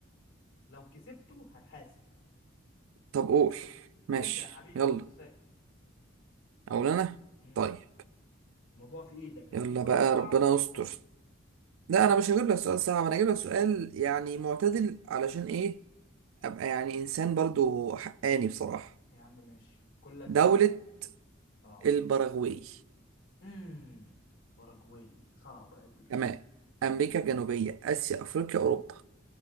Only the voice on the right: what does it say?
طب قول
ماشي
يلا
اقول انا
طيب
يلا
بقى
ربنا يستر
لا
انا مش هجيب لك سؤال صعب انا هجيب لك سؤال يعني معتدل علشان ايه ابقى يعني انسان برضو حقاني بصراحة
دولة
البراغواي
تمام امريكا الجنوبية اسيا افريقيا اوروبا